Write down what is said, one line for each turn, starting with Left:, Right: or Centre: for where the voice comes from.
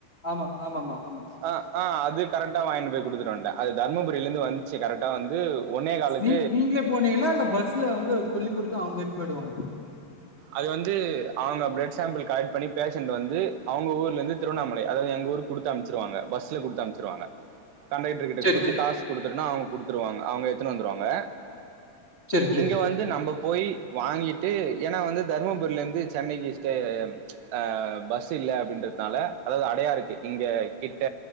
Left: ஆமா ஆமாமா ஆமா ஆமா.
Right: அ ஆ அது கரெக்டா வாங்கினு போய் குடுத்துட்டு வன்ட்ட அது தருமபுரிலந்து வந்ச்சு கரெட்டா வந்து ஒன்னே காலுக்கு
Left: நீ நீங்களே போனீங்ளா இல்ல பஸ்ல வந்து அவரு சொல்லி் குடுத் இது அவுங்க எடுத்துன் போய்டுவாங்க
Right: அது வந்து அவுங்க பிளட் சாம்பிள் கலெக்ட் பண்ணி பேஷண்டு வந்து அவுங்க ஊர்லந்து திருவண்ணாமலை அதாவது எங் ஊருக் குடுத்து அம்ச்சிருவாங்க பஸ்ல குடுத்து அம்ச்சிருவாங்க கண்டெட்டர்க்கிட்ட
Left: சரி
Right: குடுத்து
Left: சரி
Right: காஸ் குடுத்துருனா அவுங் குடுத்துருவாங்க அவுங்க எத்துனு வந்ருவாங்க
Left: சரி சரி
Right: இங்க வந்து நம்ப போயி வாங்கிட்டு ஏனா வந்து தருமபுரிலந்து சென்னக்கி ஸ்டே அ பஸ் இல்ல அப்டின்றதுனால அதாவது அடையாருக்கு இங்க கிட்ட